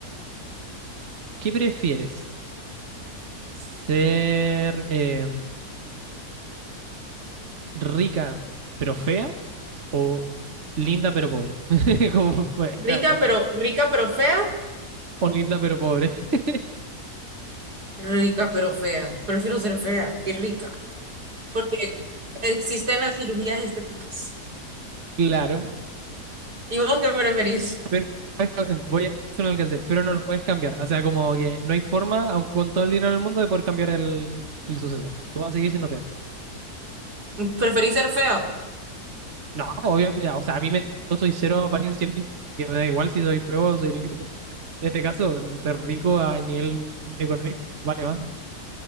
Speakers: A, on the right; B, on the right.
A: ¿qué prefieres? ¿Ser em, rica pero fea o linda pero pobre? <laughs> Como, pues,
B: rica
A: grave.
B: pero, rica pero fea,
A: O linda pero pobre, <laughs>
B: rica pero fea. Prefiero ser fea y rica, porque existen las cirugías estéticas.
A: claro.
B: ¿Y vos qué preferís?
A: Perfecto, eh, voy a hacer un alcance, pero no lo puedes cambiar. O sea, como que no hay forma, aunque con todo el dinero del mundo, de poder cambiar el, el suceso. Tú vas a seguir siendo fea.
B: ¿Preferís ser feo?
A: No, obviamente, o sea, a mí me, yo soy cero apariencia física, que me da igual si soy feo o soy lindo. En este caso, ser rico a nivel económico, vale, va.